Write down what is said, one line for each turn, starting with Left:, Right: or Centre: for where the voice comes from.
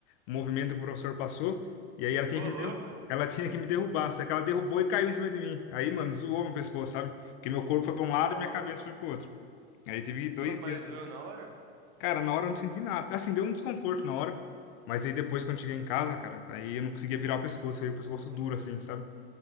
Left: movimento que o professor passou. E aí ela tinha
Right: Ô,
Left: que me
Right: louco!
Left: derrubar. Ela tinha que me derrubar, só que ela derrubou e caiu em cima de mim. Aí, mano, zoou meu pescoço, sabe? Porque meu corpo foi pra um
Right: Nossa.
Left: lado e minha cabeça foi pro outro. Aí teve dois
Right: Nossa,
Left: dias.
Right: mas doeu na hora?
Left: Cara, na hora eu não senti nada. Assim, deu um desconforto na hora. Mas aí depois, quando cheguei em casa, cara, aí eu não conseguia virar o pescoço, aí o
Right: Caramba,
Left: pescoço duro,
Right: velho.
Left: assim, sabe?